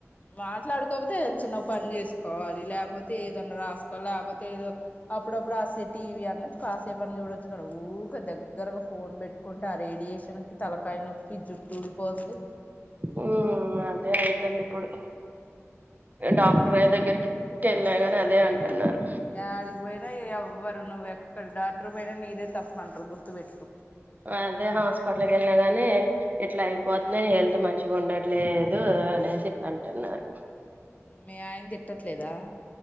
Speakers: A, on the left (about 30°); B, on the right (about 35°).
A: మాట్లాడుకపోతే చిన్న పని చేసుకోవాలి లేకపోతే ఏదన్నా రాసుకో పతే అప్పుడపడస్త టీవ అన కాసేపుని చూడొచ్చు కద ఊక దగ్గరగా ఫోన్ పెట్టుకుంటే ఆ రేడియేషన్ కి తలకాయ నొప్పి తూడి పోతది
B: ఉ అదే అవుతుండి ఇప్పుడు డాక్టర్య దగ్గరికి వెళ్ళా గాని అదే అంటున్నారు
A: ఆడికి పోయినా ఎవ్వరు నువ్వు ఎక్కడ డాక్టర్ పోయినా నీదే తప్పు అంటరు గుర్తుపెట్టుకో
B: అదే హాస్పిటల్కి వెళ్ళినా గాని ఇట్లా అయిపోతున్నాయి హెల్త్ మంచిగా ఉండట్లేదు అనేసి అంటన్నారు
A: మీ ఆయన తిట్టట్లేదా